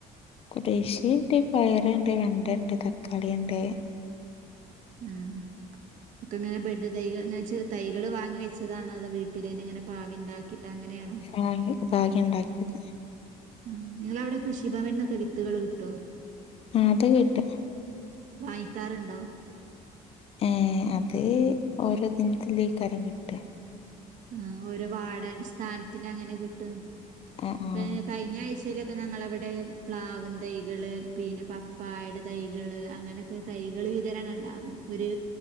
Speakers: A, on the left; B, on the right.
A: കൃഷി ഉണ്ട് പയറുണ്ട്, വെണ്ട ഉണ്ട്, തക്കാളി ഉണ്ട്. <inaudible>
B: ഉം ഒക്കെ ഇങ്ങനെ ബെഡ് തൈകൾ എന്ന് വെച്ചാ തൈകള് വാങ്ങി വെച്ചതാണോ, അതോ വീട്ടിലന്നെ ഇങ്ങനെ പാവി ഉണ്ടാക്കിയിട്ട് അങ്ങനെയണോ?.
A: ആഹ് പാകി ഉണ്ടാക്കിയത്.
B: ഉം നിങ്ങളവിടെ കൃഷിഭവൻന്നൊക്കെ വിത്തുകള് കിട്ടോ.
A: ആഹ് അത് കിട്ടും.
B: വാങ്ങിക്കാറുണ്ടോ?
A: ഏഹ് അത് ഓരോ ദിനത്തിലേക്ക് അരം കിട്ടുക.
B: ആഹ് ഓരോ വാർഡ് അടിസ്ഥാനത്തിന് അങ്ങനെ കിട്ടും
A: ആഹ് ആഹ്
B: പി കൈ യിഞ്ഞാഴ്ചയിലൊക്കെ ഞങ്ങളവിടെ പ്ലാവും തൈകള് പിന്നെ പപ്പായേടെ തൈകള് അങ്ങനെ തൈകള് വിതരണം ഉണ്ടായിരുന്നു. ഒരു